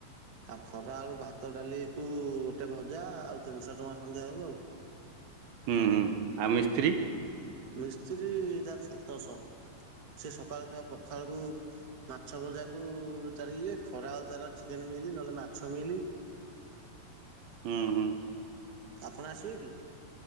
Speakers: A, on the right; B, on the right.
A: ଆଉ ଖରା ବେଳୁ ଭାତ ଡାଲି କୁ ଗୋଟେ ଭଜା ଆଉ ତିନିଶହ ଟଙ୍କା ସନ୍ଧ୍ୟାବେଳ କୁ ଆଉ। ହଁ
B: ହୁଁ ହୁଁ ଆଉ ମିସ୍ତ୍ରୀ
A: ମିସ୍ତ୍ରୀ ତାର ସାତଶହ। ସେ ସକାଳୁ ଖାଇବା ପଖାଳକୁ ମାଛ ଭଜାକୁ ତାର ଇଏ ଖରାଲ ତାର ଚିକେନ ମିିଲି ନହେଲେ ମାଛ ମିିଲ
B: ହୁଁ ହୁଁ।
A: ଆପଣ ଆସିବେ କି?